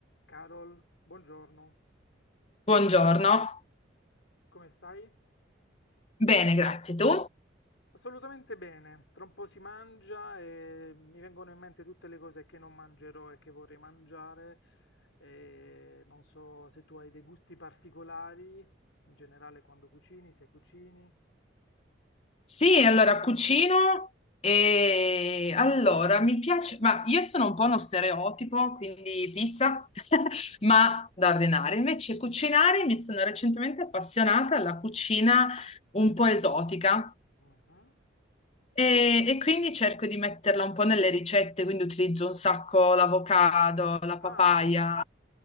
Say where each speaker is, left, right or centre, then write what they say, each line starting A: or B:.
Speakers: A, on the left (about 80°); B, on the left (about 30°).
A: Carol, buongiorno,
B: Buongiorno,
A: come stai?
B: bene, grazie. Tu?
A: Assolutamente bene, tra un po' si mangia e mi vengono in mente tutte le cose che non mangerò e che vorrei mangiare. E non so se tu hai dei gusti particolari, in generale quando cucini, se cucini.
B: Sì, allora cucino e allora mi piace, ma io sono un po' uno stereotipo, quindi pizza, <laughs> ma da ordinare. Invece cucinare mi sono recentemente appassionata alla cucina un po' esotica
A: Mhm.
B: e,
A: Tipo?
B: e quindi cerco di metterla un po' nelle ricette, quindi utilizzo un sacco l'avocado, la
A: Ah,
B: papaya.
A: buono,